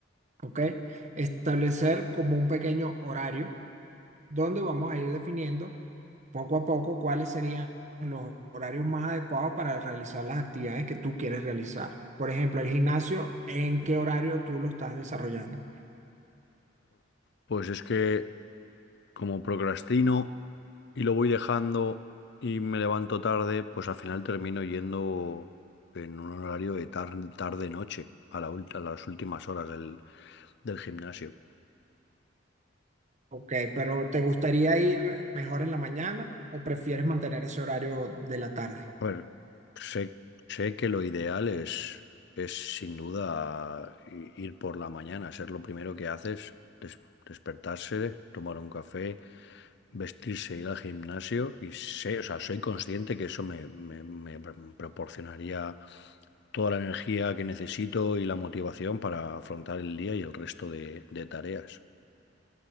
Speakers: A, on the right; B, on the left.
A: ¿ok? Establecer como un pequeño horario. donde vamos a ir definiendo poco a poco cuáles serían los horarios más adecuados para realizar las actividades que tú quieres realizar. Por ejemplo, el gimnasio, ¿en qué horario tú lo estás desarrollando?
B: Pues es que como procrastino y lo voy dejando y me levanto tarde, pues al final termino yendo en un horario de tarde-noche, a la, ult- a las últimas horas del, del gimnasio.
A: Ok, pero ¿te gustaría ir mejor en la mañana o prefieres mantener ese horario de la tarde?
B: A ver, sé, sé que lo ideal es, es sin duda i- ir por la mañana, ser lo primero que haces, des- despertarse, tomar un café vestirse, ir al gimnasio y sé, o sea, soy consciente que eso me, me- me pr- proporcionaría toda la energía que necesito y la motivación para afrontar el día y el resto de, de tareas.